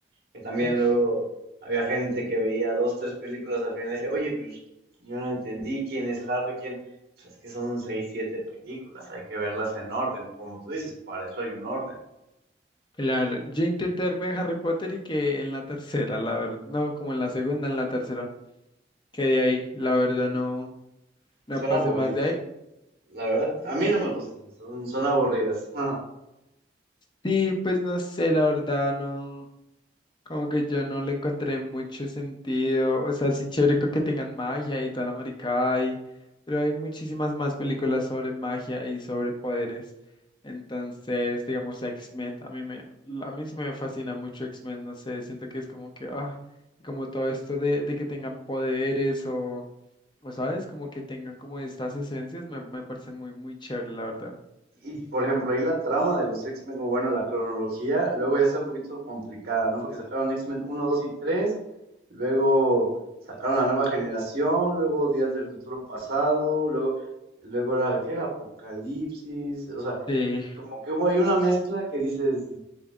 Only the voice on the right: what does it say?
Que también
luego había gente que veía dos, tres películas al final y dice oye, pues yo no entendí quién es Harry, quién. Pues es que son seis, siete películas, hay que verlas en orden. Como tú dices, para eso hay un orden.
Son
aburridas.
La verdad,
a mí no me gustan, son, son aburridas. <laughs>
Y por ejemplo, ahí la trama de los X-Men, o bueno, la cronología, luego ya está un poquito complicada, ¿no? Porque sacaron X-Men uno 2 y tres luego sacaron la nueva generación, luego Días del Futuro Pasado, luego, luego era la que era Apocalipsis, o sea,
como que hubo ahí una mezcla que dices,